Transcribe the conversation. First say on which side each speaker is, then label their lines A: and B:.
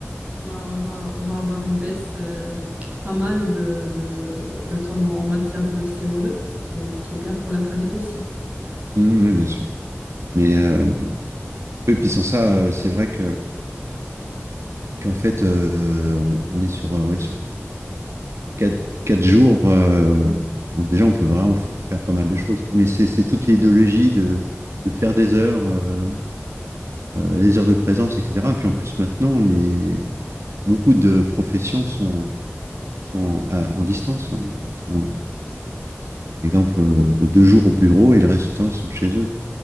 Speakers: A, on the right; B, on the right.
A: On va, on va, on va avoir une baisse euh, pas mal de, de, de tonnes en en matière de CO2, ce qui est, ce qui est bien pour la planète aussi.
B: mm, oui, bien sûr. Mais euh, et puis sans ça, euh, c'est vrai que qu'en fait, euh, on- on est sur, euh, ouais, sur quatre, quatre jours. euh, bon, déjà, on peut vraiment f- faire pas mal de choses. Mais c'est c'est toute l'idéologie de, de faire des heures, euh, euh, les heures de présence, etc. Et puis en plus, maintenant, les, beaucoup de professions sont, sont à- en distance. hein. Ils sont, par exemple, euh, deux jours au bureau et le reste du temps, ils sont chez eux.